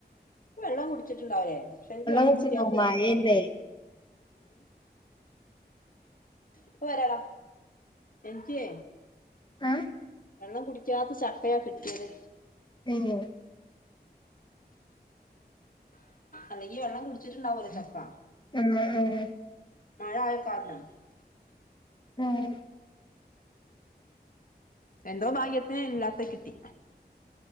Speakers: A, on the left (about 55°); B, on the left (about 25°).
A: വെള്ളം കുടിച്ചിട്ടുണ്ടാവില്ലേ. പക്ഷെ എനിക്ക് വെള്ളം
B: കുടിച്ചിട്ടുണ്ടാവും
A: കുടിക്കാത്ത ചക്കയെ
B: മഴയല്ലേ
A: കിട്ടു. <inaudible> ഇപ്പവരാടാ എനിക്കേ
B: ആഹ് ഏ
A: വെള്ളം കുടിക്കാത്ത ചട്ക്കയാ കിട്ടിയത്
B: തെ
A: അല്ലെങ്കി ഈ വെള്ളം കുടിച്ചിട്ടുണ്ടാവലെ ചക്ക
B: ആഹ് ഉം <unintelligible>
A: മഴ ആയ കാരണം
B: ആഹ്
A: എന്തോ ഭാഗ്യത്തിന് ഇല്ലാതെ കിട്ടി